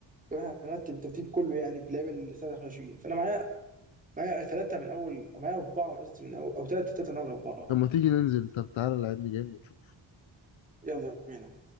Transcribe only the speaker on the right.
يعني احنا هنرتب الترتيب كله يعني باللعيبه اللي 23 فانا معايا معايا ثلاثه من اول معايا اربعه قصدي من اول او ثلاثه ثلاثه من اول اربعه
يلا بينا